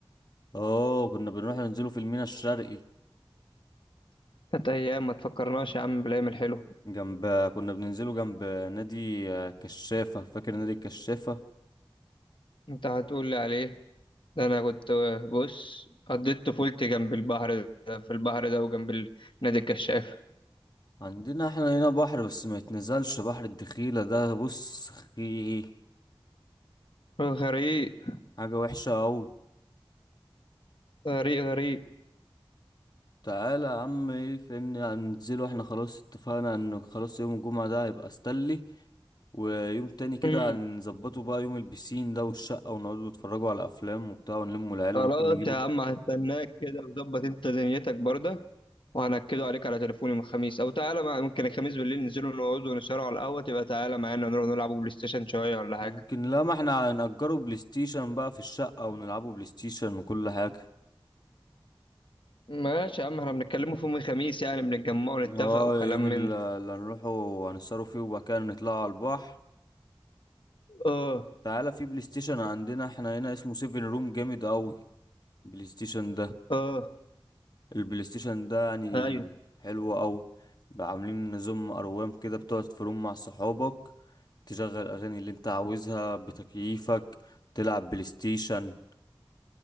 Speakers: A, on the left; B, on the left.
A: اه كنا بنروح ننزله في الميناء الشرقي
B: كانت ايام ما تفكرناش يا عم بالايام الحلوه
A: جنب كنا بننزله جنب نادي آه، كشافة فاكر نادي الكشافة
B: انت هتقول لي عليه ده انا كنت بص قضيت طفولتي جنب البحر ده في البحر ده وجنب ال- نادي الكشافه
A: عندنا احنا هنا بحر بس ما يتنزلش بحر الدخيلة ده بص خي
B: غريق
A: حاجة وحشة أوي
B: غريق غريق
A: تعالى يا عم ايه فهمني هننزله احنا خلاص اتفقنا انه خلاص يوم الجمعة ده هيبقى ستانلي ويوم تاني كده
B: امم
A: هنظبطه بقى يوم البسين ده والشقة ونقعدوا نتفرجوا على أفلام وبتاع ونلموا العيال
B: خلاص
A: وممكن نجيبه
B: يا عم هستناك كده وظبط انت دنيتك برضه وهنكده عليك على تليفوني من الخميس او تعالى مع... ممكن الخميس بالليل ننزلوا نقعدوا ونسهروا على القهوه تبقى تعالى معانا نروح نلعبوا بلاي ستيشن شويه ولا حاجه
A: ممكن لا ما احنا هنأجره بلاي ستيشن بقى في الشقة ونلعبوا بلاي ستيشن وكل حاجة
B: ماشي يا عم احنا بنتكلموا في يوم الخميس يعني بنتجمع ونتفق
A: اه
B: وكلام
A: يوم ال-
B: من ده.
A: اللي هنروحه هنسهروا فيه وبعد كده نطلعوا على البحر
B: اه
A: تعالى في بلاي ستيشن عندنا احنا هنا اسمه سيفن روم جامد قوي بلاي ستيشن ده
B: اه
A: البلاي ستيشن ده يعني
B: ايوه
A: حلو قوي بقى عاملين نظام اروام كده بتقعد في روم مع صحابك تشغل اغاني اللي انت عاوزها بتكييفك تلعب بلاي ستيشن